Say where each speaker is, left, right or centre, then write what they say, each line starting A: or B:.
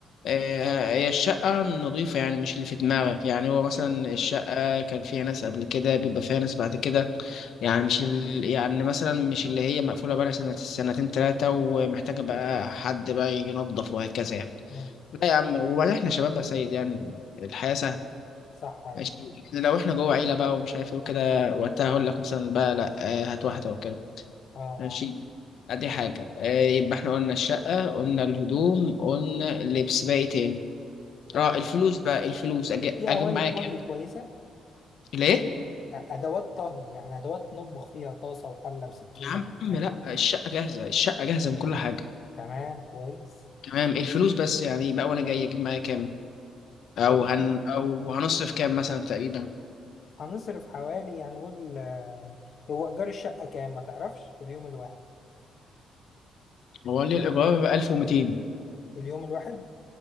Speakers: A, on the left; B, on the left.
A: آه، هي الشقة نظيفة يعني مش اللي في دماغك يعني هو مثلا الشقة كان فيها ناس قبل كده بيبقى فيها ناس بعد كده يعني مش ال- يعني مثلا مش اللي هي مقفولة بقى سنة سنتين تلاتة ومحتاجة
B: آه.
A: بقى حد بقى ينظف وهكذا يعني
B: مم.
A: لا يا عم وبعدين احنا شباب يا سيد يعني الحياة سهلة
B: صح أيوة
A: ماشي إحنا لو احنا جوه عيلة بقى ومش عارف ايه وكده وقتها هقول لك مثلا بقى لا آه، هات واحدة وكده
B: اه
A: ماشي
B: اه
A: ادي حاجة آه، يبقى احنا قلنا الشقة قلنا الهدوم قلنا اللبس باقي تاني
B: آه،
A: اه الفلوس بقى الفلوس أجي-
B: في
A: اجيب
B: أواني
A: معايا
B: طهي
A: كام
B: كويسة
A: ليه
B: أ- أدوات طهي يعني أدوات نطبخ فيها طاسة وحلة وسكينة
A: يا عم
B: وحكاية
A: لا الشقة جاهزة الشقة جاهزة من كل حاجة
B: تمام كويس
A: تمام الفلوس بس يعني بقى وانا جاي اجيب معايا كام او
B: والله
A: هن او هنصرف كام مثلا تقريبا
B: هنصرف حوالي يعني قول آه، هو إيجار الشقة كام ما تعرفش في اليوم الواحد
A: هو ليه الايجار 1200
B: في اليوم الواحد